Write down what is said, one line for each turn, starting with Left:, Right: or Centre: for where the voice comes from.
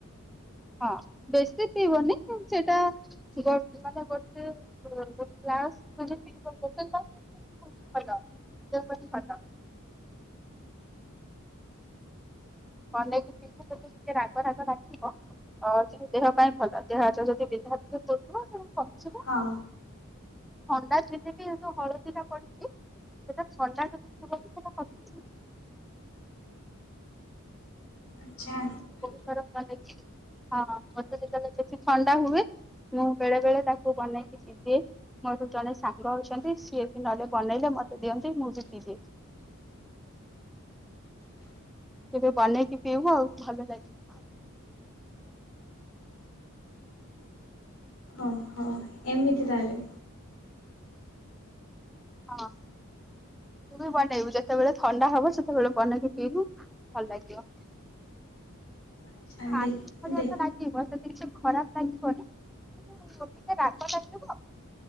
Centre: ହଁ ବେଶୀ ପିବନି ସେଇଟା ସିଏ ସେମାନେ ଗୋଟେ ଗୋଟେ ଲାଷ୍ଟ <unintelligible> ବୋହୁତ ଭଲ <unintelligible> କନେଇକି ପିବୁ ଟିକେ ରାଗ ରାଗ ଲାଗିଥିବ। ଆଉ ତୋ ଦେହ ପାଇଁ ଭଲ ଦେହ ହାତ ଯଦି ବିନ୍ଧା ହଉଥିବ କଣ କମିଯିବ।
Left: ହଁ।
Centre: ଥଣ୍ଡା ଚିନି ବି କିନ୍ତୁ ହଳଦୀ ଟା ପଡିଛି। ସେଟା ଥଣ୍ଡା ଯଦି ଥିବକି ସେଟା କଟିଯିବ।
Left: ଛା
Centre: ବହୁତ ଥର କଣ ହେଇଚି ହଁ ମତେ ଯେତେବେଳେ ବେଶି ଥଣ୍ଡା ହୁଏ ମୁଁ ବେଳେ ବେଳେ ତାକୁ ବନେଇ କିଛି ଇବେ ମୋର ଜଣେ ସାଙ୍ଗ ଅଛନ୍ତି ସିଏ ବି ନହେଲେ ବନେଇଲେ ମତେ ଦିଅନ୍ତି ମୁଁ ବି ଦିି ଦିଏ। କେବେ ବନେଇକି ପିଇବୁ ଆଉ ଭଲ ଲାଗିବ।
Left: ଓହୋ। ଏମିତି ତାହେଲେ
Centre: ହଁ। ତୁ ବି ବନେଇବୁ ଯେତେବେଳେ ଥଣ୍ଡା ହବ ସେତେବେଳେ ବନେଇକି ପିଇବୁ ଭଲ ଲାଗିବ।
Left: ଆଚ୍ଛା
Centre: ହାତିକ୍
Left: ଦେଖ
Centre: ଭଳିଆ
Left: ଦେଖ
Centre: ତ ନାଚିବ ସେଠୀ କିଛି ଖରାପ ଲାଗିବନି କିନ୍ତୁ ଟିକେ ରାଗ ଲାଗିବ।